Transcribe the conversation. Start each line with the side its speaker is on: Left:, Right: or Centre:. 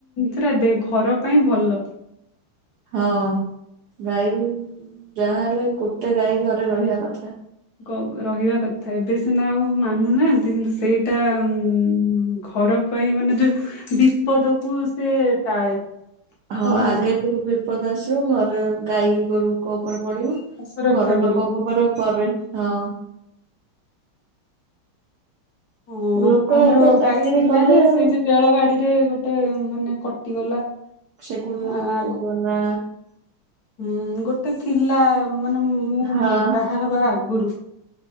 Left: ସେଟା ଡେ ଘ ଘର ପାଇଁ ଭଲ।
Right: ହଁ। ଗାଈ ଯାହା ହେଲେ ଗୋଟେ ଗାଈ ଘରେ ରହିବା କଥା।
Left: କ ରହିବା କଥା, ଏବେ ସିନା ଆଉ ମାନୁନାହାନ୍ତି। କିନ୍ତୁ ସେଇଟା ଉ ଘର ପାଇଁ ମାନେ ଯୋଉ ବିପଦ କୁ ସେ ଟାଳେ।
Right: ହଁ
Left: କୁହନ୍ତି
Right: ଆଗେ ଯଉ ବିପଦ ଆସିବ। ଘରେ ଗାଈ ଗୋରୁଙ୍କୋ ଉପରେ ପଡିବ
Left: ସୁରକ୍ଷା
Right: ଘର
Left: କରିବ
Right: ଲୋକଙ୍କ ଉପରେ ପରେ। ହଁ।
Left: ହ
Right: ଲୋକ
Left: ଆମର
Right: ଏବେ ଚାକିରି
Left: ଗାଈ ଥିଲା
Right: କଲେ
Left: ଯେ,
Right: ଆଉ।
Left: ସେଇ ଯେ ରେଳ ଗାଡି ରେ ଗୋଟେ ମାନେ କଟିଗଲା।
Right: ସେଗୁଗ
Left: ଆ- ଆଗ
Right: କୁହନା।
Left: ହୁଁ ଗୋଟେ ଥିଲା ମାନେ ମୁଁ
Right: ହଁ
Left: ବାହା ହେବା ଆଗରୁ।